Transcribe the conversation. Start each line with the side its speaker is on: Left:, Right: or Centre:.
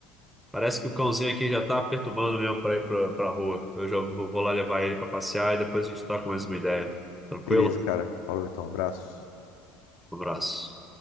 Centre: parece que o cãozinho aqui já tá perturbando mesmo para ir pra, pra rua. Eu já vou vou lá levar ele para passear e depois a gente troca mais uma ideia. Tranquilo?
Left: Beleza, cara. Falou então, abraço.
Centre: Um abraço.